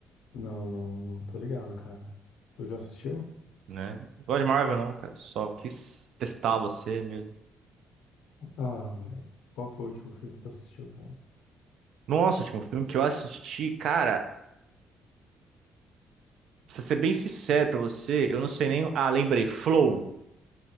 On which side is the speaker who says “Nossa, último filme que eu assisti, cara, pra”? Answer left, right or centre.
Right